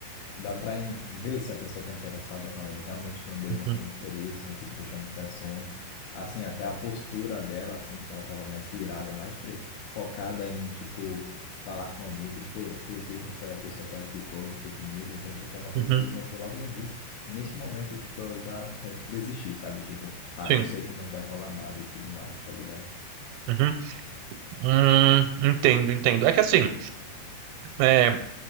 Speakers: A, on the left; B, on the right.
A: dá para ver se a pessoa está interessada ou não. E realmente não demonstrou
B: Uhum,
A: muito interesse, não quis puxar muito assunto. Assim, até a postura dela, assim, que ela estava mais virada, mais pre- focada em, tipo, falar comigo, e que inclusive foi a pessoa que ela ficou do que comigo. Então, tipo, é uma coisa
B: uhum,
A: que eu notei logo no início. Nesse momento, tipo, eu já é, desisti, sabe? Tipo, ah,
B: sim.
A: eu sei que não vai rolar nada e tudo mais, tá ligado?
B: Uhum. Hum, entendo, entendo. É que assim. É,